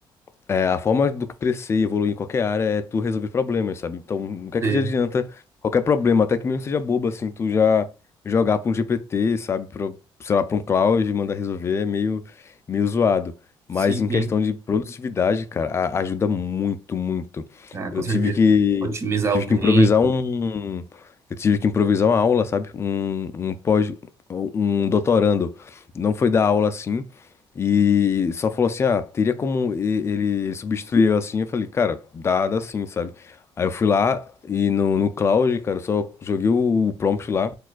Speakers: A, on the left; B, on the right.
A: é, a forma do crescer e evoluir em qualquer área é tu resolver problemas, sabe? Então, o que é
B: Sei.
A: que já adianta qualquer problema, até que mesmo seja bobo, assim, tu já jogar pra um GPT, sabe? Pra, sei lá, pra um Claude e mandar resolver é meio, meio zoado. Mas
B: Sim,
A: em
B: sim.
A: questão de produtividade, cara, a- ajuda muito, muito.
B: Ah, com
A: Eu
B: certeza.
A: tive que,
B: Otimizar
A: tive
B: o
A: que
B: tempo.
A: improvisar um, eu tive que improvisar uma aula, sabe? Um, um pós, um doutorando. Não foi dar aula assim. E só falou assim, ah, teria como e- ele, ele substituir eu assim? Eu falei, cara, dá, dá sim, sabe? Aí eu fui lá e no, no Cloud, cara, eu só joguei o, prompt lá.